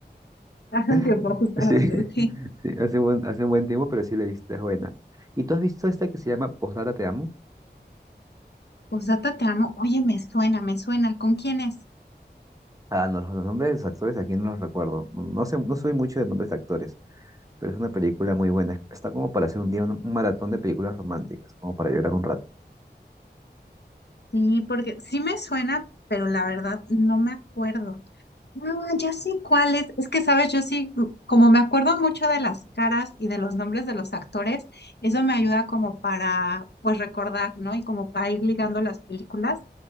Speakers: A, on the left; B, on the right.
A: <laughs> Hace
B: <laughs>
A: un tiempo, justamente.
B: Sí,
A: Sí.
B: sí, hace buen, hace un buen tiempo, pero sí la he visto, es buena. ¿Y tú has visto esta que se llama Postdata Te Amo?
A: Posdata, te amo. Oye, me suena, me suena. ¿Con quién es?
B: Ah, no, los, los nombres de los actores aquí no los recuerdo. No sé, no soy mucho de nombres de actores, pero es una película muy buena. Está como para hacer un día un un maratón de películas románticas, como para llorar un rato.
A: Sí, porque sí me suena, pero la verdad no me acuerdo. No, ya sé cuál es. Es que, sabes, yo sí, mm, como me acuerdo mucho de las caras y de los nombres de los actores, eso me ayuda como para, pues, recordar, ¿no? Y como para ir ligando las películas.